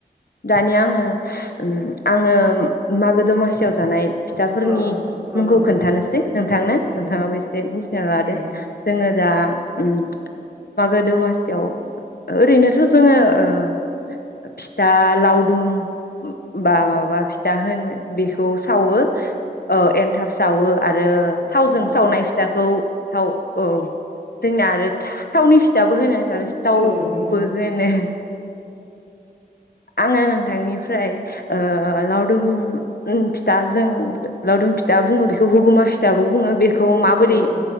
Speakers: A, on the left; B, on the right.
A: दानिया आङो उम आङो मागो दमासियाव जानाय फिथाफोरनि
B: औ औ
A: मुंखौ
B: औ
A: खोन्थानोसै नोंथांनो
B: औ
A: नोंथाङाबो एसे मिथिना लादो।
B: दे
A: जोङो दा उम मागो दमासियाव ओरैनोथ' जोङो ओ फि था लावदुम उम बा
B: औ
A: माबा फिथा होनो बेखौ सावो औ एन्थाब सावो आरो थावजों
B: सिथाव
A: सावनाय फिथाखौ थाव औ जोंनिया आरो थावनि फिथा फिथाबो होनो आरो सिथावबो
B: औ
A: होनो ओ आङो नोंथांनिफ्राय ओ लावदुम उम फिथाजों लावदुम फिथा बुङो बि बेखौ हुगुमा फिथाबो बुङो बेखौ खौ माबोरै
B: औ